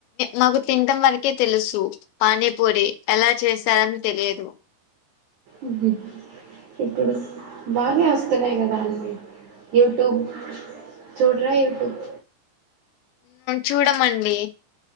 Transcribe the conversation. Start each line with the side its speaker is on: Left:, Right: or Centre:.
Left: మాకు తినడం వరకే తెలుసు పానీపూరి అలా చేస్తారని తెలియదు.
Right: ఉహు. ఇప్పుడు బాగానే వస్తున్నాయి కదా అన్నీ యూట్యూబ్. చూడరా యూట్యూబ్.
Left: చూడమండి